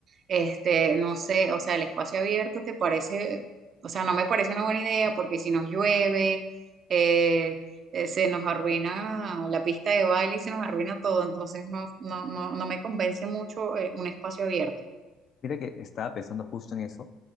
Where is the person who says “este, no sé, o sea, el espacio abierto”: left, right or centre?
Right